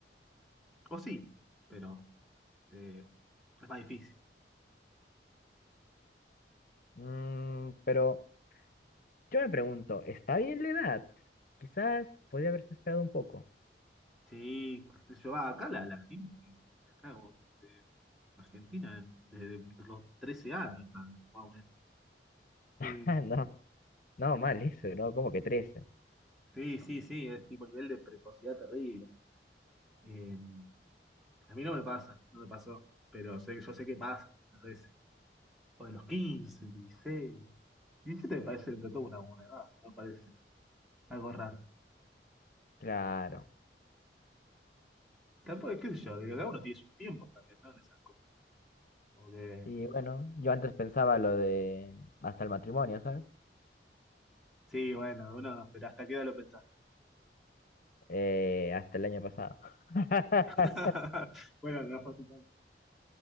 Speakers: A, in the centre; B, on the left.
A: O sí, pero eh, es más difícil.
B: Mm, pero yo me pregunto, ¿está bien la edad? Quizás podría haberse esperado un poco.
A: Sí, qué sé yo, ah, acá la, la gente, acá o desde Argentina, desde los 13 años están, más o menos. Eh,
B: <laughs> Ah, no, no, mal eso, ¿no? Como que trece
A: sí, sí, sí, es tipo nivel de precocidad terrible. Eh, a mí no me pasa, no me pasó, pero sé, yo sé que pasa muchas veces. O de los 15 16 17 me parece entre todo una buena edad, no me parece algo raro.
B: Claro.
A: Tampoco, qué sé yo, digo, cada uno tiene sus tiempos también, ¿no? En esas cosas. Como que,
B: Y bueno, yo antes pensaba lo de hasta el matrimonio, ¿sabes?
A: sí, bueno, uno, pero hasta qué edad lo pensás.
B: eh, hasta el año pasado. <laughs>
A: <laughs> Bueno, no fue así tanto.